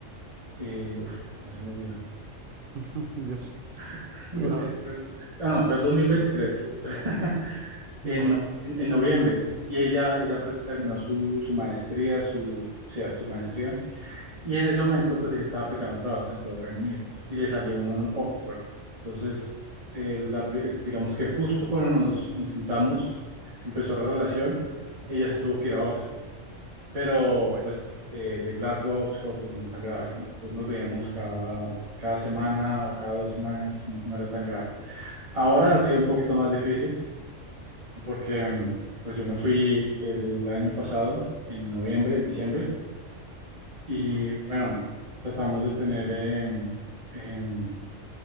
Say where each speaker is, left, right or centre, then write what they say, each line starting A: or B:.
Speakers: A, on the right; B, on the right.
A: eh, uf, no se me olvida,
B: <laughs> Dios,
A: <laughs> no
B: cuidado.
A: sé si fue, ah, no, fue 2023, <laughs> en,
B: Vale.
A: no- en, en noviembre, y ella, ella
B: Ujú.
A: pues terminó su, su maestría, su, o sea, su maestría. Y en ese momento, pues ella estaba aplicando trabajos en todo Reino Unido y le salió uno en
B: Vale.
A: Oxford. Entonces, eh, la pri- digamos que justo cuando nos, nos juntamos, empezó la relación, ella se tuvo que ir a Oxford. Pero,
B: Muy bien.
A: pues, eh, de Glasgow a Oxford, pues no es tan grave, ¿no? Entonces nos veíamos cada, cada semana o cada dos semanas, no, no era tan grave. Ahora ha sido un poquito más difícil porque, mm, pues, yo me fui el año pasado, en noviembre, en diciembre y
B: Ujú.
A: bueno, tratamos de tener, eh, em,